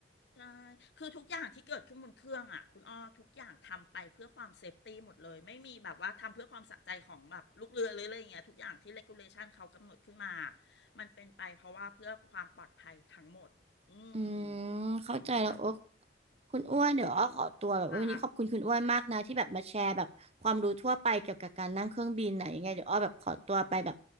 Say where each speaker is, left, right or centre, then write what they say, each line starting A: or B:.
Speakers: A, on the left; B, on the right.
A: ใช่คือทุกอย่างที่เกิดขึ้นบนเครื่องอ่ะคุณอ้อทุกอย่างทำไปเพื่อความเซฟตี้หมดเลยไม่มีแบบว่าทำเพื่อความสะใจของแบบลูกเรือหรืออะไรอย่างเงี้ยทุกอย่างที่เลกูเลชันเขากำหนดขึ้นมามันเป็นไปเพราะว่าเพื่อความปลอดภัยทั้งหมดอืม
B: อืมเข้าใจแล้วโอ๊ค
A: ประมาณนั้น
B: คุณอ้วนเดี๋ยวอ้อขอตัวแบบวันนี้ขอบคุณคุณอ้วนมากนะที่แบบมาแชร์แบบความรู้ทั่วไปเกี่ยวกับการนั่งเครื่องบินไหนะยังไงเดี๋ยวอ้อแบบขอตัวไปแบบ
A: ค่ะ